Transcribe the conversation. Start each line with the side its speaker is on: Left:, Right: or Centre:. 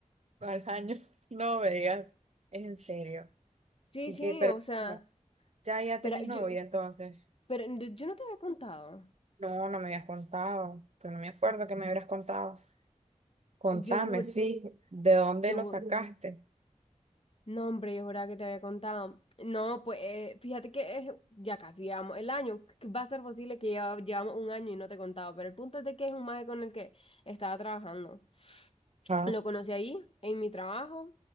Right: Al año, <laughs> no me digas, es en serio.
Left: Sí,
Right: Y
Left: sí,
Right: que, pero
Left: o sea,
Right: no, ya, ya
Left: pero
Right: tenés
Left: yo,
Right: novia entonces.
Left: pero yo no te había contado.
Right: No, no me habías contado, pero no me acuerdo que me hubieras contado. Contame,
Left: Yo, ju-
Right: sí, ¿de dónde
Left: yo,
Right: lo sacaste?
Left: ju- No, hombre, yo juraba que te había contado. No, pues eh, fíjate que es- ya casi llevamos el año. que Va a ser posible que ya llevamos un año y no te he contado, pero el punto es de que es un maje con el que estaba trabajando.
Right: Ah.
Left: Lo conocí ahí, en mi trabajo,